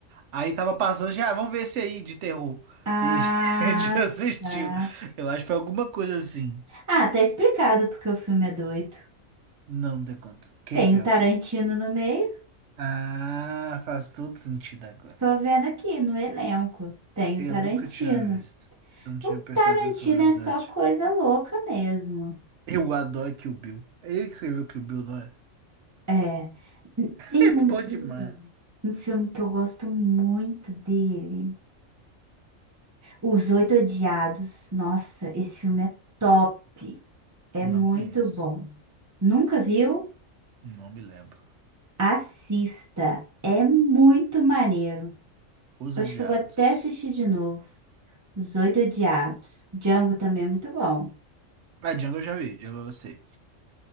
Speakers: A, on the right; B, on the right.
A: Aí tava passando, já, ah, vamos ver esse aí de terror.
B: ah,
A: E <laughs> a gente assistiu.
B: tá.
A: Eu acho que foi alguma coisa assim.
B: Ah, tá explicado porque o filme é doido.
A: Não tem quanto. Quem
B: Tem
A: que
B: o
A: é
B: Tarantino
A: o.
B: no meio.
A: Ah, faz todo sentido agora.
B: Tô vendo aqui no elenco. Tem
A: Eu
B: o Tarantino.
A: nunca tinha visto. Eu não tinha
B: O
A: prestado
B: Tarantino
A: atenção, na
B: é
A: verdade.
B: só coisa louca mesmo.
A: Eu adoro Kill Bill. É ele que escreveu Kill Bill, não é?
B: É. Tem
A: É
B: um,
A: bom demais.
B: um um filme que eu gosto muito dele. Os Oito Odiados. Nossa, esse filme é top. É
A: Não
B: muito
A: conheço.
B: bom. Nunca viu?
A: Não me lembro.
B: Assista. É muito maneiro.
A: Os
B: Acho
A: Odiados.
B: que eu vou até assistir de novo. Os Oito Odiados. Django também é muito bom.
A: Ah, Django eu já vi, Django eu gostei.